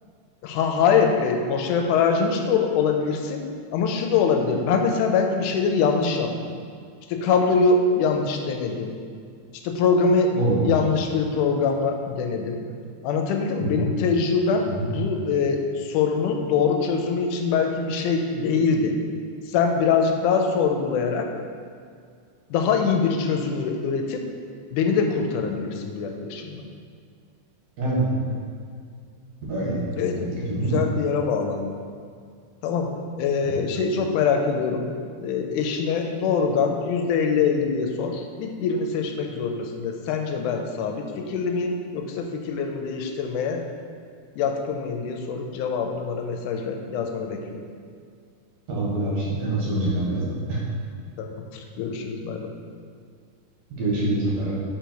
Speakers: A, on the left; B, on the right.
A: Ha, hayır, e, boş yere para harcamış da ol- olabilirsin ama şu da olabilir. Ben mesela belki bir şeyleri yanlış yaptım. İşte kabloyu yanlış denedim. İşte programı
B: <laughs> Olabilir.
A: yanlış bir programla denedim. Anlatabildim
B: Hı
A: mi?
B: hı,
A: Benim tecrübem
B: hı hı.
A: bu e, sorunu doğru çözümü için belki bir şey değildi. Sen birazcık daha sorgulayarak daha iyi bir çözüm üre- üretip beni de kurtarabilirsin bu yaklaşımla.
B: Evet, evet. Böyle yani.
A: Evet,
B: Bendeki durum
A: güzel
B: bu.
A: bir yere bağlandı. Tamam. Ee,
B: Evet.
A: şeyi çok merak ediyorum. Ee, eşine doğrudan yüzde elli elli diye sor. Bir, birini seçmek zorundasın de. Sence ben sabit fikirli miyim? Yoksa fikirlerimi değiştirmeye yatkın mıyım diye sorup cevabını bana mesajla yazmanı bekliyorum.
B: Tamamdır abi şimdi hemen soracağım birazdan.
A: Tamam. <laughs> Görüşürüz. Bay bay.
B: <laughs> Görüşürüz. Bay bay.